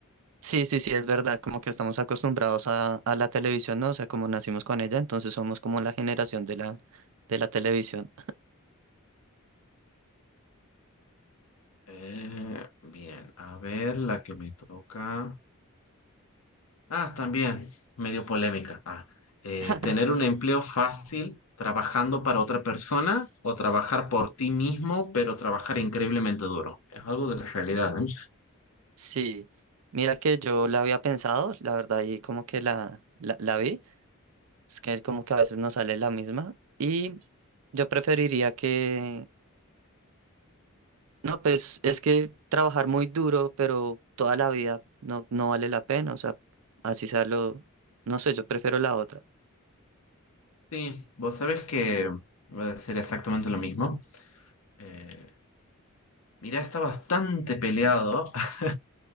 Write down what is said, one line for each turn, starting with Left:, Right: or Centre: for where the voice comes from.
Right: Sí, sí, sí, es verdad, como que estamos acostumbrados a, a la televisión, ¿no? O sea, como nacimos con ella, entonces somos como la generación de la, de la televisión.
Left: Eh, bien, a ver la que me toca. Ah, también, medio polémica. Ah, eh,
Right: <laughs>
Left: tener un empleo fácil trabajando para otra persona o trabajar por ti mismo, pero trabajar increíblemente duro. Es algo de la realidad, ¿eh?
Right: Sí, mira que yo la había pensado, la verdad, y como que la, la, la vi. Es que como que a veces no sale la misma. Y yo preferiría que... No, pues es que trabajar muy duro, pero toda la vida no, no vale la pena. O sea, así sea lo... No sé, yo prefiero la otra.
Left: Sí, vos sabés que voy a decir exactamente lo mismo. Eh, mirá, está bastante peleado. <laughs>